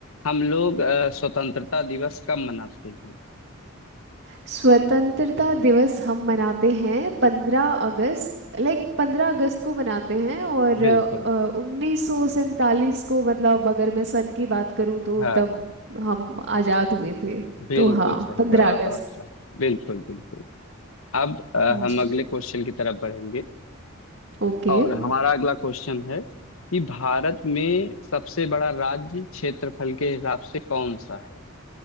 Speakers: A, on the left (about 85°); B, on the right (about 60°).
A: हम लोग अ, स्वतंत्रता दिवस कब मनाते हैं
B: स्वतंत्रता दिवस हम मनाते हैं पंद्रह अगस्त लाइक पंद्रह अगस्त को मनाते हैं और
A: बिल्कुल
B: उन्नीस सौ सैंतालीस को मतलब अगर मैं सन की बात करूं तो
A: हाँ
B: तब
A: हाँ
B: हम आजाद हुए थे
A: बिल्कुल
B: तो हाँ
A: सही
B: पंद्रह
A: जवाब
B: अगस्त
A: आपका बिल्कुल बिल्कुल अब अ, हम
B: जी
A: अगले क्वेश्चन की तरफ बढ़ेंगे
B: ओके
A: और हमारा अगला क्वेश्चन है कि भारत में सबसे बड़ा राज्य क्षेत्रफल के हिसाब से कौन सा है